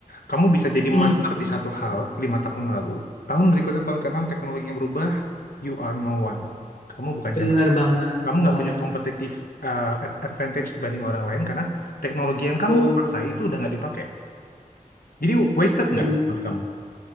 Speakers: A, on the left; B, on the left.
A: Kamu bisa jadi
B: mm.
A: master di satu hal lima tahun lalu, tahun berikutnya tahun keenam teknologi yang berubah, you are no one. Kamu bukan
B: Bener
A: siapa-siapa.
B: banget,
A: Kamu
B: bener
A: nggak
B: banget.
A: punya kompetitif advantage dibanding orang lain karena teknologi yang kamu
B: Tuh,
A: kuasai itu udah nggak dipakai. Jadi wasted
B: bener.
A: nggak menurut kamu?